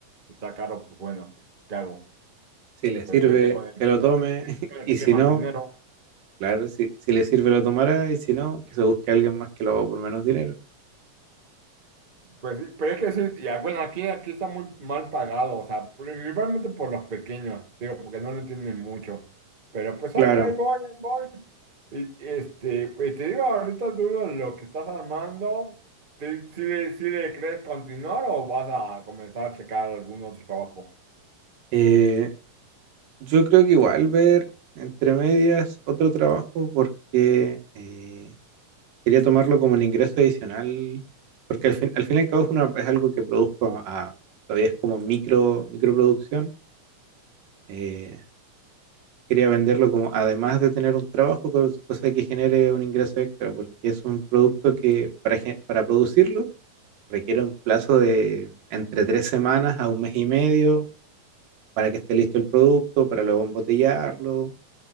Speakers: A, on the right (about 20°); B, on the right (about 75°).
A: está caro, pues bueno, pues, ¿qué hago?
B: Si le sirve,
A: Pues vete con el
B: que
A: que
B: lo
A: no
B: tome.
A: te con
B: <laughs>
A: el
B: Y
A: que tiene
B: si
A: más
B: no,
A: dinero.
B: claro, si, si le sirve, lo tomará. Y si no, que se busque alguien más que lo haga por menos dinero.
A: Pues sí, pero es que sí, y ah, bueno, aquí, aquí está muy mal pagado, o sea, principalmente por los pequeños, digo, porque no lo entienden mucho. Pero pues
B: Claro.
A: ahí, ahí voy, ahí voy. Y este, pues te digo, ahorita dudo lo que estás armando. ¿Te- ¿Si le, si le crees continuar o vas a comenzar a checar algún otro trabajo?
B: Eh, Yo creo que igual ver entre medias otro trabajo porque eh, quería tomarlo como un ingreso adicional, porque al fin, al fin y al cabo es, una- es algo que produzco, a- todavía es como micro, microproducción. eh, quería venderlo como, además de tener un trabajo, cos- cosa que genere un ingreso extra, porque es un producto que para, gen- para producirlo requiere un plazo de entre tres semanas a un mes y medio para que esté listo el producto, para luego embotellarlo